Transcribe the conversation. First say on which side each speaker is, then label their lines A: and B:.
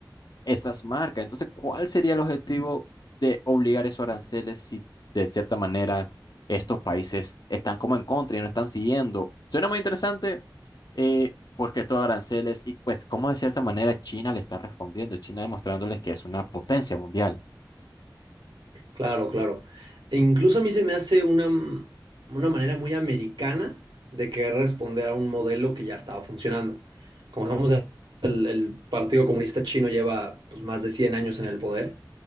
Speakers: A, on the left (about 60°); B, on the right (about 80°).
A: esas marcas. Entonces, ¿cuál sería el objetivo de obligar esos aranceles si de cierta manera estos países están como en contra y no están siguiendo? Suena muy interesante eh, porque estos aranceles y pues cómo de cierta manera China le está respondiendo, China demostrándoles que es una potencia mundial.
B: Claro, claro. E incluso a mí se me hace una, m- una manera muy americana de querer responder a un modelo que ya estaba funcionando. Como estamos el Partido Comunista Chino lleva pues, más de 100 años en el poder.